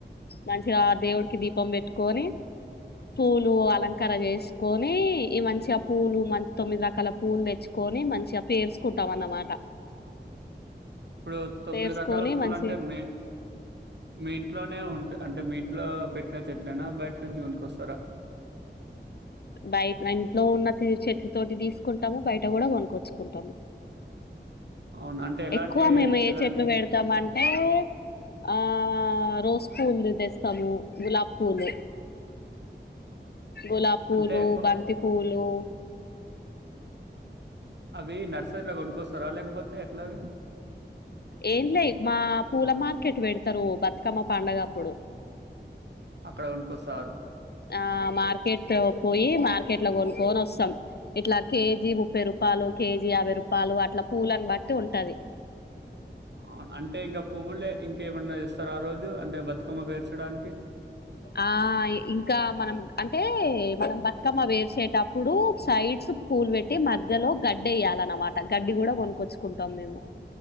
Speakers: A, on the left; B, on the right.
A: మంచిగా దేవుడికి దీపం పెట్టుకొని పూలు అలంకార చేసుకొనీ ఈ మంచిగా ఆ పూలు మంచి తొమ్మిది రకాల పూలునుతెచ్చు కొని మంచిగా పేర్చుకుంటాం అన్నమాట
B: ఇప్పుడు తొమ్మిది
A: పేర్చుకొని
B: రకాల పూలు
A: మంచిగా
B: అంటే మే మీ ఇంట్లోనే ఉంట అంటే మీ ఇంట్లో పెట్టిన చెట్లనా బయట నుంచి కొనుక్కొస్తారా
A: బయ ఇంట్లో ఉన్న చెట్ల తోటి తీసుకుంటాము బయట కూడా కొనుక్కొచ్చుకుంటాము
B: అవున అంటే ఎలాంటి
A: ఎక్కువ మేము ఏ
B: ఎలాంటి
A: చెట్లు పెడతాం అంటే ఆ రోజు పూలు తెస్తాము గులాబ్ పూలు గులాబ్ పూలు
B: అంటే కొ-
A: బంతి పూలు
B: అవి నర్సరీలో కొనుక్కొస్తారా లేకపోతే ఎట్లా ఆది
A: ఏంలే మా పూల మార్కెట్ పెడతరు బతుకమ్మ పండుగప్పుడు
B: అక్కడ కొనుకొస్తారు
A: ఆ మార్కెట్ పోయి మార్కెట్లో కొనుక్కొని ఒస్తాం ఇట్లా కేజీ ముప్పై రూపాలు కేజీ యాభై రూపాలు అట్లా పూలను బట్టి ఉంటది
B: అ అంటే ఇంకా పువ్వులే ఇంకేమన్నా తెస్తారా ఆ రోజు అంటే బతుకమ్మ పేర్చడానికి
A: ఆ ఇంకా మనం అంటే మనం బతుకమ్మ వేసేటప్పుడు సైడ్స్ పూలు పెట్టి మధ్యలో గడ్డి ఏయాలన్నమాట గడ్డి కూడా కొనుక్కొచ్చుకుంటాం మేము